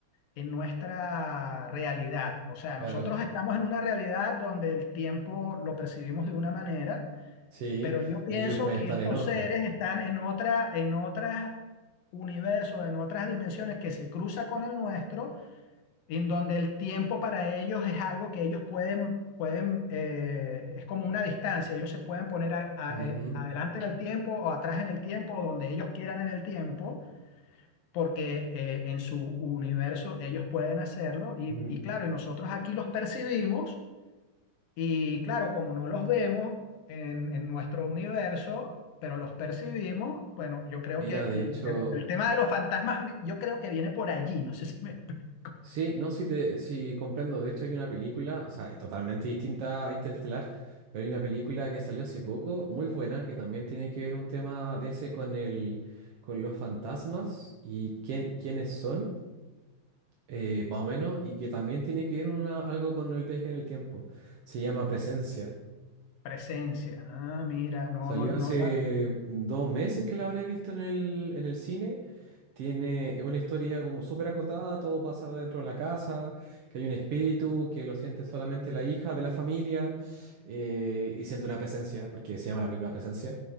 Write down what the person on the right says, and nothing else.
Claro.
Sí,
ellos pueden
estar
en otra.
Ujú.
Mm,
Mira,
de
hecho,
sí, no, sí, te, sí comprendo. De hecho, hay una película, o sea, es totalmente distinta a Interestelar, pero hay una película que salió hace poco, muy buena, que también tiene que ver un tema de ese con el, con los fantasmas y quién, quiénes son, eh, más o menos, y que también tiene que ver una- algo con el viaje en el tiempo. Se llama Presencia.
Salió
hace
dos meses que la habré visto en el, en el cine. Tiene una historia como súper acotada, todo pasa dentro de la casa, que hay un espíritu, que lo siente solamente la hija de la familia eh, y siente una presencia, porque se llama la primera Presencia,